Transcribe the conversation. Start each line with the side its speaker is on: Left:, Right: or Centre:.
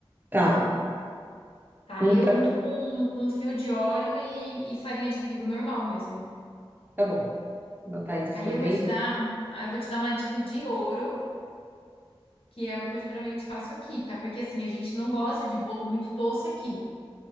Right: Tá.
Left: Tá?
Right: Hum,
Left: Eu
Right: tá,
Left: unto com, com um fio de óleo e, e farinha de trigo normal mesmo.
Right: tá bom. Vou botar isso
Left: Aí
Right: também.
Left: eu vou te dar um, aí eu vou te dar uma dica de ouro, que é o que eu geralmente faço aqui, tá? Porque assim, a gente não gosta de bolo muito doce aqui.